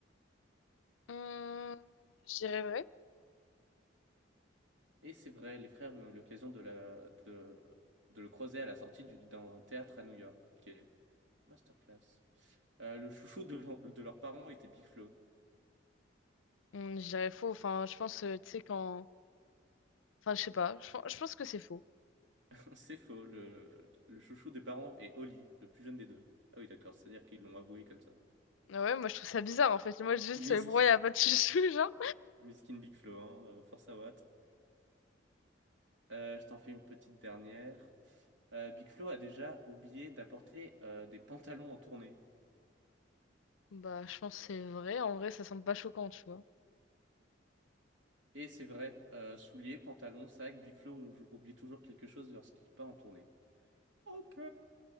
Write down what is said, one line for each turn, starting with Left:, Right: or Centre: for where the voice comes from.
Left: Hum, je dirais vrai.
Right: Et c'est vrai, les frères ont eu l'occasion de, la- de, de le croiser à la sortie du- d'un théâtre à New York. Ok, masterclass. Euh, le chouchou de, leur- de leurs parents était Big Flo.
Left: Hum, je dirais faux. Enfin, je pense, euh, tu sais, quand. Enfin, je sais pas. Je, pen- je pense que c'est faux.
Right: <laughs> C'est faux, le, le chouchou des parents est Oli, le plus jeune des deux. Ah oui, d'accord, c'est-à-dire qu'ils l'ont avoué comme ça.
Left: Ah Ouais, moi je trouve ça bizarre en fait. Moi,
Right: <laughs>
Left: juste,
Right: Miskin.
Left: euh, pourquoi il n'y a pas de <laughs> chouchou, genre?
Right: Miskin Big Flo, hein, euh, force à Watt. Euh, je t'en fais une petite dernière. Euh, Big Flo a déjà oublié d'apporter euh, des pantalons en tournée.
Left: Bah, je pense que c'est vrai. En vrai, ça semble pas choquant, tu vois.
Right: Et c'est vrai, euh, souliers, pantalons, sac, Big Flo ou- oublie toujours quelque chose lorsqu'il part en tournée. Ok.